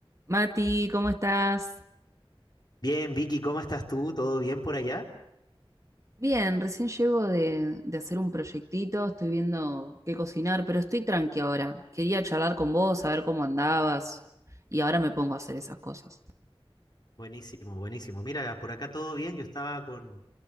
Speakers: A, on the right; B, on the left.
A: Mati, ¿cómo estás?
B: Bien, Vicky, ¿cómo estás tú? ¿Todo bien por allá?
A: Bien, recién llego de, de hacer un proyectito, estoy viendo qué cocinar, pero estoy tranqui ahora. Quería charlar con vos, saber cómo andabas, y ahora me pongo a hacer esas cosas.
B: Buenísimo, buenísimo. Mira, por acá todo bien. Yo estaba con,